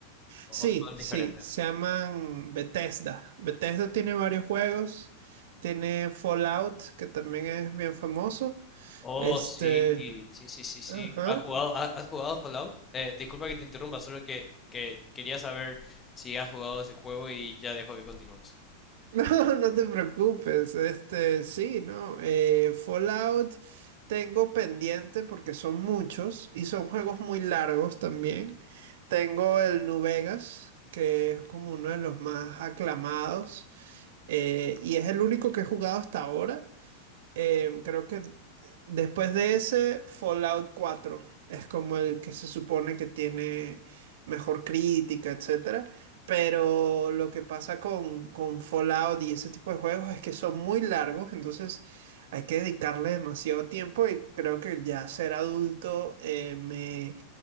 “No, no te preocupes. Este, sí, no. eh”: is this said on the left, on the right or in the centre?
Right